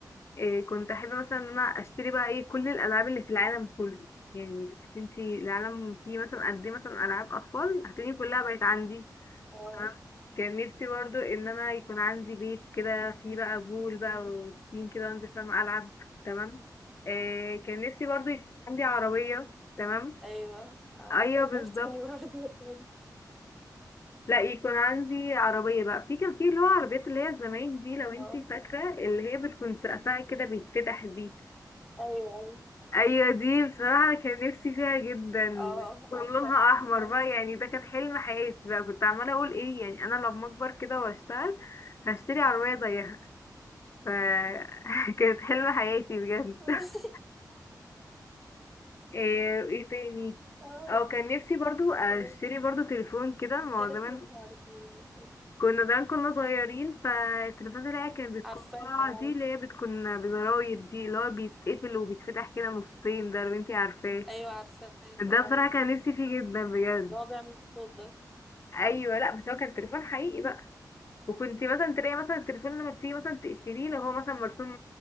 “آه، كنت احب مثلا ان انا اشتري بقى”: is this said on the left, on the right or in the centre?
Left